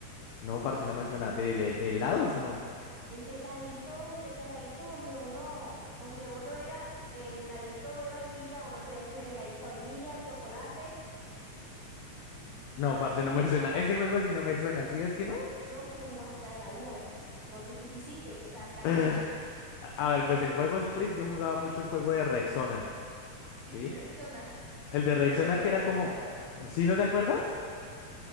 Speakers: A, on the left; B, on the right.
A: No, parce, no me suena. ¿De, de, de helados? No.
B: el de heladito, el de heladito donde uno, donde uno era el heladito de vainilla, uno podía escoger heladito de vainilla, chocolate.
A: No, parce, no me suena. Ese juego sí no me suena, ¿sí?
B: No,
A: Es que no.
B: no, no, tú no jugaste nada en la vida. Entonces, ¿tú qué hiciste? O sea, ¿qué
A: <laughs>
B: hacías tú? <laughs>
A: A ver, pues en juegos free yo jugaba mucho el juego de Rexona,
B: El
A: ¿sí?
B: de Rexona.
A: El de Rexona
B: El cubo
A: que
B: de
A: era
B: Rexona.
A: como. ¿Sí no te acuerdas?